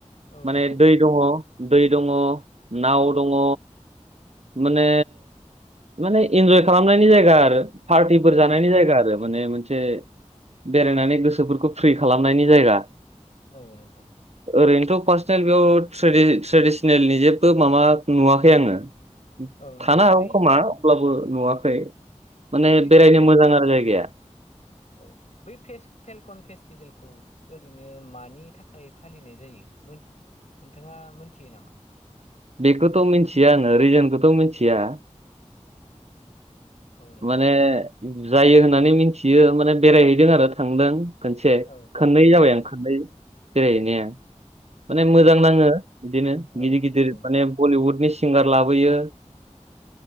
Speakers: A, on the left; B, on the right.
A: औ
B: माने
A: नोंथां
B: दै दङ दै दङ नाव दङ माने माने इन्जय खालामनायनि जायगा आरो पार्टिफोर
A: औ नोंथां
B: जानायनि जायगा आरो माने मोनसे बेरायनानै गोसोफोरखौ फ्रि खालामनायनि जायगा।
A: औ नोंथां
B: ओरैनोथ' पार्सनेल बेयाव ट्रेडि-ट्रेडिसनेलनि जेबो माबा नुवाखै आङो
A: औ नोंथां
B: थानो हागौ
A: बै
B: खोमा अब्लाबो नुवाखै माने
A: बै
B: बेरायनो
A: फे
B: मोजां आरो जायगाया
A: औ बै फेस-फेलकन फेस्टिभेलखौ ओरैनो मानि थाखाय फालिनाय जायो मोन‌ नोंथाङा मोनथियो नामा?
B: बेखौथ' मोनथिया आङो रिजोनखौथ' मोनथिया।
A: औ नोंथां
B: माने जायो होननानै मिनथियो माने बेरायहैदों आरो थांदों। खोनसे
A: औ
B: खोननै
A: औ
B: जाबाय
A: नोंथां
B: आं खोननै बेरायहैनाया। माने मोजां
A: बेफोर
B: नाङो बिदिनो
A: औ
B: गिदिर गिदिर
A: औ
B: माने बलिउडनि सिंगार लाबोयो